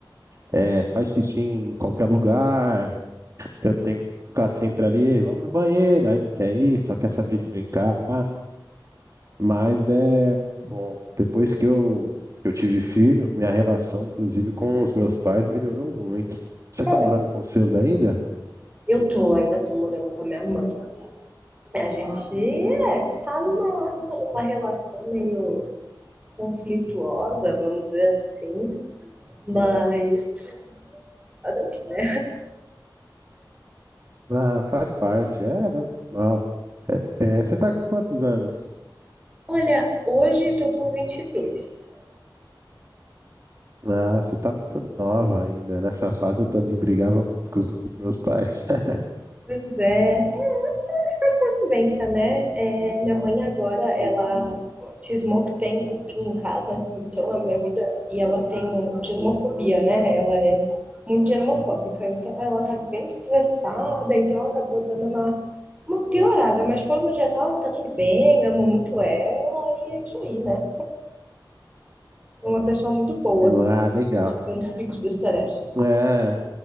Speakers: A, on the right (about 40°); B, on the right (about 15°).
A: é, faz xixi em qualquer lugar, Eu tenho que ficar sempre ali, "Ei, vamos no banheiro, aí não quer ir, só quer saber de brincar. Mas é bom, depois que eu, que eu tive filho, minha relação, inclusive, com os meus pais melhorou muito. Você
B: Cara,
A: tá morando com os seus ainda?
B: eu tô, ainda tô morando com a minha mãe. A gente é, tá numa, numa relação meio conflituosa, vamos dizer assim, mas fazer o quê, né?
A: Ah, faz parte, é normal. É, é, você tá com quantos anos?
B: Olha, hoje tô com vinte e dois
A: Ah, você tá muito nova ainda. Nessa fase eu também brigava muito com os meus pais. <laughs>
B: Pois é, convivência, né? É, minha mãe agora, ela cismou que tem cupim em casa, então a minha vida. E ela tem um germofobia, né? Ela é muito germofóbica, então ela tá bem estressada, então acabou dando uma, uma piorada, mas de forma geral tá tudo bem, amo muito ela e é isso aí, né? É uma pessoa muito boa,
A: Ah, legal.
B: tirando os picos do estresse.
A: É,